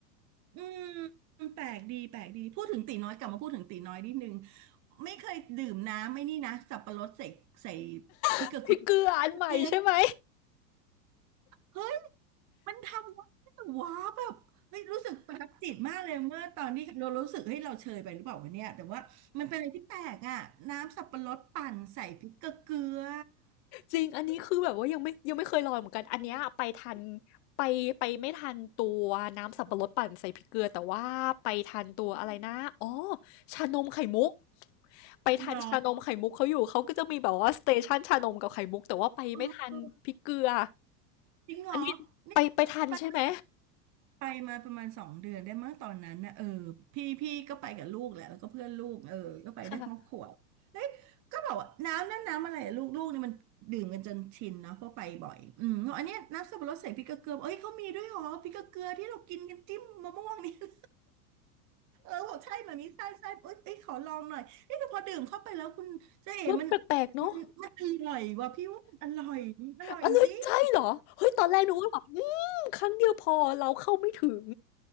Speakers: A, on the right; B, on the left.
A: อืม แปลกดีแปลกดี พูดถึงตีน้อยกลับมาพูดถึงตีน้อยนิดนึงไม่เคยดื่มน้ำไม่นี่นะสับปะรดใส่ใส่พริกเกลือเค
B: <laughs> พริกเกลืออันใหม่ใช่ไหม
A: ็ม เฮ้ยมันทำได้เหรอวะแบบไม่รู้สึกประทับจิตมากเลยเมื่อตอนนี้เรารู้สึกเฮ้ยเราเชยไปหรือเปล่าวะเนี่ยแต่ว่ามันเป็นอะไรที่แปลกอ่ะน้ำสับปะรดปั่นใส่พริกเกลือ
B: จริงอันนี้คือแบบว่ายังไม่ยังไม่เคยลองเหมือนกันอันเนี้ยไปทันไปไปไม่ทันตัวน้ำสับปะรดปั่นใส่พริกเกลือแต่ว่าไปทันตัวอะไรนะอ๋อชานมไข่มุกไปทันชานมไข่มุกเขาอยู่เขาก็จะมีแบบว่าสเตชันชานมกับไข่มุกแต่ว่าไปไม่ทันพริกเกลือ
A: หรอเออจริงเหรอ
B: อันนี้ไปไปทันใช่ไหม
A: นี่ปั่น ไปมาประมาณสองเดือนได้มั้งตอนนั้นนะเออพี่พี่ก็ไปกับลูกแหละแล้วก็เพื่อนลูกเออก็ไปได้ครอบครัว
B: ค่ะ
A: เอ้ยก็บอกว่าน้ำนั่นน้ำอะไรอะลูกลูกนี่มันดื่มกันจนชินเนาะเพราะไปบ่อยอืมบอกอันเนี้ยน้ำสับปะรดใส่พริกเกลือเกลือบอกเอ้ยเขามีด้วยเหรอพริกเกลือเกลือที่เรากินกันจิ้มมะม่วงนี่ <laughs> เออบอกใช่แบบนี้ใช่ใช่เอ้ยเอ้ยขอลองหน่อยเอ้ยแต่พอดื่มเข้าไปแล้วคุณเจ๊เอ๋มัน
B: รสแปลกๆเนาะ
A: มันมันอร่อยว่ะพี่ว่ามันอร่อยมันอร่อยจริงจ
B: อะไรใช่เหรอเฮ้ยตอนแรกนึกว่าแบบอืมครั้งเดียวพอเราเข้าไม่ถึง